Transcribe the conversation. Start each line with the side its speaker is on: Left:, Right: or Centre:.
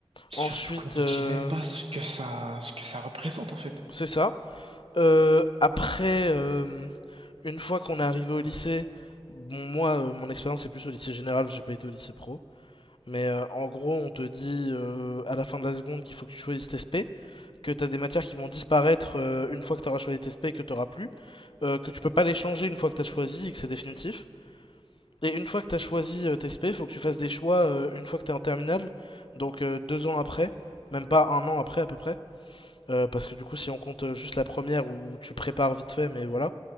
Right: Surtout
Left: Ensuite,
Right: qu'on te
Left: euh,
Right: dit même pas ce que ça, ce que ça représente en fait.
Left: c'est ça. Euh, après, euh, Une fois qu'on est arrivé au lycée, bon, moi, euh, mon expérience c'est plus au lycée général, j'ai pas été au lycée pro. Mais euh, en gros, on te dit euh, à la fin de la seconde qu'il faut que tu choisisses tes SP, que t'as des matières qui vont disparaître euh, une fois que t'auras choisi tes SP et que t'auras plus, euh, que tu peux pas les changer une fois que t'as choisi et que c'est définitif. Et une fois que t'as choisi euh, tes SP, faut que tu fasses des choix euh, une fois que t'es en terminale, donc euh, deux ans après, même pas un an après à peu près, Euh, parce que du coup, si on compte euh, juste la première où tu prépares vite fait, mais voilà,